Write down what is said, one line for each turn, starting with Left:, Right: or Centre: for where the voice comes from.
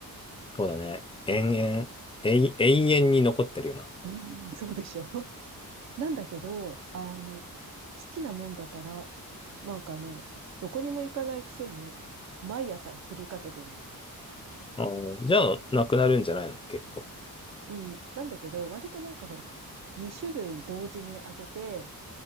Left: そうだね。延々、永永遠に残ってるよな。
Right: うんそうでしょ <laughs> なんだけど、あの、好きなもんだから、なんかね、どこにも行かないくせに、毎朝振りかけてるの。
Left: あーじゃあ、なくなるんじゃないの結構。
Right: うん。なんだけど、割となんかほら、2種類同時に開けて、